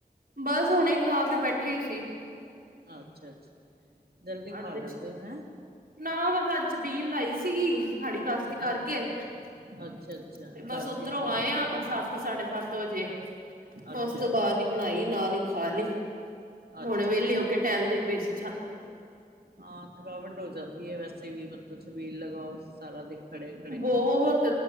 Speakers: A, on the right; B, on the right.
A: ਬਸ ਹੁਣੇ ਖਾ ਕੇ ਬੈਠੇ ਹੀ ਸੀ।
B: ਅੱਛਾ ਅੱਛਾ ਜਲਦੀ ਖਾ
A: ਅੱਜ
B: ਲੈਂਦੇ ਹੋ ਹੈਂ
A: ਨਾ ਬਸ ਅੱਜ ਛਬੀਲ ਲਾਈ ਸੀਗੀ ਖਾੜੀ ਕਾਸ਼ਤੀ ਕਰਕੇ।
B: ਅੱਛਾ
A: ਤੇ
B: ਅੱਛਾ-ਅੱਛਾ ਅਕਾਚੀ
A: ਬਸ ਉੱਧਰੋਂ
B: ਸੀ
A: ਆਏ
B: ਨਾ ਜੇ
A: ਆ ਸੱਤ ਸਾਡੇ ਸੱਤ ਵਜੇ। ਮੈਂ
B: ਅੱਛਾ,
A: ਉਸ ਤੋਂ ਬਾਅਦ ਹੀ ਬਣਾਈ ਨਾਲ ਹੀ ਖਾ ਲਈ
B: ਅੱਛਾ।
A: ਹੁਣੇ ਵਿਹਲੇ ਹੋ ਕੇ ਟਹਿਲਦੇ। ਬੇਸੀ ਛੱ
B: ਹਾਂ ਥਕਾਵਟ ਹੋ ਜਾਂਦੀ ਹੈ ਵੈਸੇ ਵੀ ਮਤਲਬ ਮੀਲ ਲਗਾਓ ਸਾਰਾ ਦਿਨ। ਖੜੇ-ਖੜੇ।
A: ਬਹੁਤ